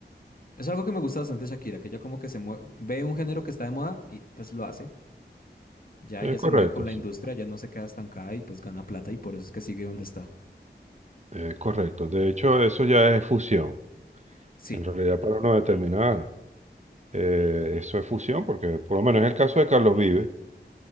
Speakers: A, on the left; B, on the right.
A: Es algo que me gusta bastante de Shakira, que ella como que se mueve, ve un género que está de moda y pues lo hace. Ya
B: Es
A: ella se
B: correcto,
A: mueve con la
B: sí.
A: industria, ya no se queda estancada y pues gana plata y por eso es que sigue donde está.
B: Es correcto. De hecho, eso ya es fusión.
A: Sí,
B: En realidad, para no determinar, eh, eso es fusión, porque por lo menos en el caso de Carlos Vives.